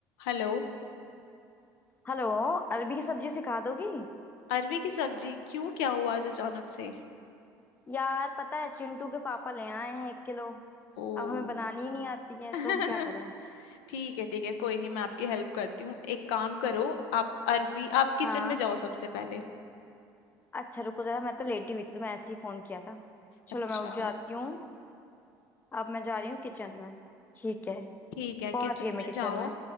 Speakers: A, on the left (about 80°); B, on the left (about 25°).
A: Hello
B: हेलो अरबी की सब्जी सिखा दोगी
A: अरवी की सब्जी क्यों क्या हुआ आज अचानक से
B: यार पता है चिंटू के पापा ले आए हैं एक किलो
A: ओ
B: अब हमें बनानी ही नहीं आती है
A: <laughs>
B: तो हम क्या करें
A: ठीक है ठीक है कोई नहीं मैं आपकी हेल्प करती हूँ एक काम करो आप अरबी आप किचन
B: हाँ
A: में जाओ सबसे पहले
B: अच्छा रुको जरा मैं तो लेटी हुई थी तो मैं ऐसे ही फोन किया था चलो
A: अच्छा
B: मैं उठ जाती हूँ अब मैं जा रही हूँ किचन में ठीक है
A: ठीक है
B: पहुंच
A: किचन
B: गई मैं
A: में
B: किचन
A: जाओ
B: में